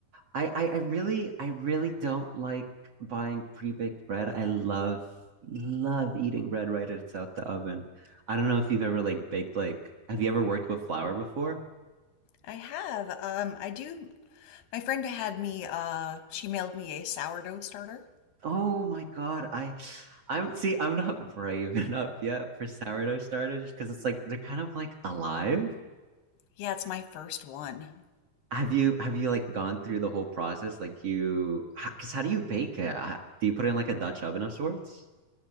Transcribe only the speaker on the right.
I I I really I really don't like buying pre-baked bread. I love love eating bread right as it's out the oven. I don't know if you've ever like baked like have you ever worked with flour before?
Oh my God, I I'm see I'm not brave <laughs> enough yet for sourdough starters because it's like they're kind of like alive.
Have you have you like gone through the whole process? Like you, because how do you bake it? Uh, Do you put it in like a Dutch oven of sorts?